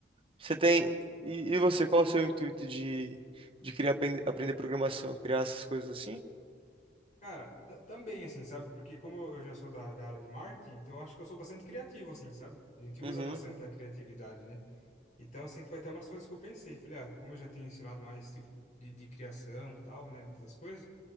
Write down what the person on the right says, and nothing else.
Você tem. E, e você, qual é o seu intuito de, de criar, aprender, aprender programação? Criar essas coisas assim?
Uhum.